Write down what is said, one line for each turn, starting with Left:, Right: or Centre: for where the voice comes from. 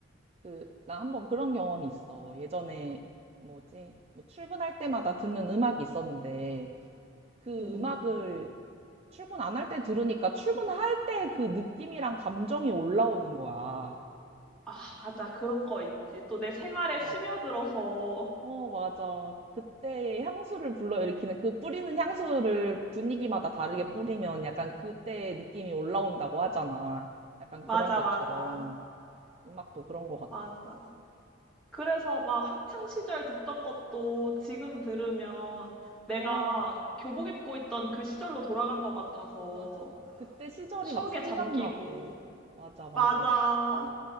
Right: 그 나 한번 그런 경험이 있어. 예전에 뭐지? 뭐 출근할 때마다 듣는 음악이 있었는데 그
Centre: 응, 응,
Right: 음악을
Centre: 응.
Right: 출근 안 할 때 들으니까 출근할 때 그 느낌이랑 감정이 올라오는 거야.
Centre: 아, 맞아. 그런 거 있지. 또 내 생활에
Right: 맞아.
Centre: 스며들어서.
Right: 어, 맞아. 그때 향수를 불러일으키는, 그 뿌리는 향수를 분위기마다 다르게 뿌리면 약간 그때 느낌이 올라온다고 하잖아.
Centre: <laughs>
Right: 약간
Centre: 맞아,
Right: 그런 것처럼.
Centre: 맞아.
Right: 음악도 그런 것 같아.
Centre: 맞아. 그래서 막 학창 시절 듣던 것도 지금 들으면 내가
Right: 어,
Centre: 교복 입고 있던 그 시절로 돌아간 것 같아서
Right: 맞아. 그때 시절이
Centre: 추억에
Right: 막 생각나고.
Centre: 잠기고,
Right: 맞아, 맞아.
Centre: 맞아.